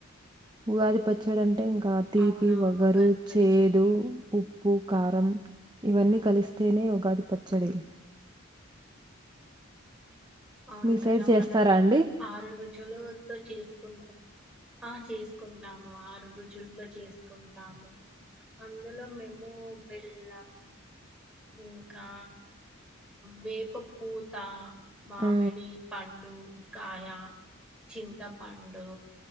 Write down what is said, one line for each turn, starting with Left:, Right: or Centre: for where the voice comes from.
Right: ఉగాది పచ్ చ్చడంటే ఇంకా తీపి
Centre: అవునవును
Right: వగరు
Centre: ఉగాది పచ్చడి
Right: చేదు ఉ ప్పు కారం ఇవన్నీ కలిస్తేనే ఉగాది పచ్చడి
Centre: అవును
Right: మీ సైడ్
Centre: కదా
Right: చేస్తారా
Centre: మనం
Right: అండి?
Centre: ఆరు రుచులు తొ చేసుకుంటాం ఆ చేసుకుంటాము ఆరు రుచులతో చేసుకుంటాము అందులో మేము వెెళ్ళాం ఇంకా వేప పూత మామిడి
Right: ఆ!
Centre: పండు కాయ చింతపండు